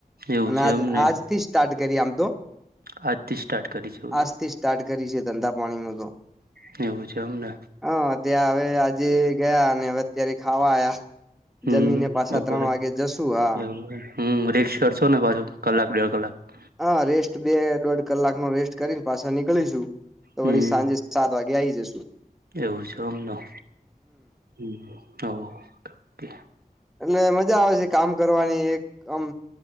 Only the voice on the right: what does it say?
એવું
છે
એમને
આજથી સ્ટાર્ટ કરી છેવું છે.
છે એવું છે અમને
હમ
બપોરે
એવું હમ રી્ક્ષ કરશો ને પાછું કલાક દોઢ કલાક
હમ
એવું છે અમનું. હમ ઓકે.